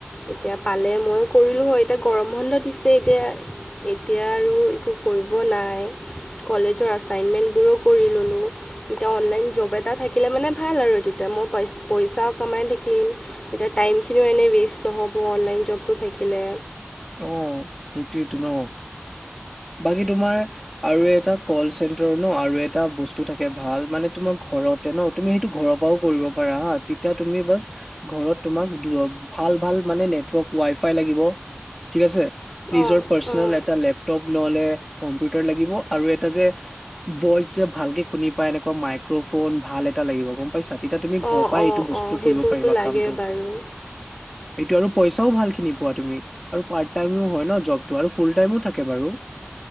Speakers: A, on the left (about 20°); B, in the centre.
A: এতিয়া পালে ময়ো কৰিলোঁ হয়, এতিয়া গৰম বন্ধ দিছে এতিয়া। <unintelligible> এতিয়া আৰু একো কৰিব নাই। কলেজৰ আছাইনমেণ্টবোৰো কৰি ল'লোঁ। এতিয়া অনলাইন জব এটা থাকিলে মানে ভাল আৰু। তেতিয়া মই পইচ পইচাও কমাই থাকিম। এতিয়া টাইমিন- খিনিও এনেই ৱেষ্ট নহ'ব, অনলাইন জবটো থাকিলে।
B: অ সেইটোয়েটো ন। বাকী তোমাৰ আৰু এটা কল চেন্টাৰ ন আৰু এটা বস্তু থাকে ভাল মানে তোমাৰ, ঘৰতে ন তুমি সেইটো ঘৰৰ পৰাও কৰিব পাৰা হা, তেতিয়া তুমি বাচ ঘৰত তোমাক ভাল ভাল মানে নেটৱৰ্ক ৱাই ফাই লাগিব ঠিক আছে। নিজৰ
A: অঁ
B: পাৰ্চনেল
A: অঁ
B: এটা লেপ- <unintelligible> তপ নহলে কম্পিউটাৰ লাগিব। আৰু এটা যে ভইচ যে ভালকে শুনি পায় এনেকুৱা মাই - ম্ৰফোন ভাল এটা লাগিব। গম পাইছা? তেতিয়া তুমি ঘৰৰ
A: অঁ
B: পৰা
A: অঁ
B: এইটো বস্তু
A: অঁ সেইবোৰতো
B: কৰিব পাৰিবা
A: লাগে
B: কামটো।
A: বাৰু
B: এইটো আৰু পইচাও ভাল খিনি পোৱা তুমি। আৰু পাৰ্ট টাইমও হয় ন জবটো, আৰু ফুল টাইমো থাকে বাৰু।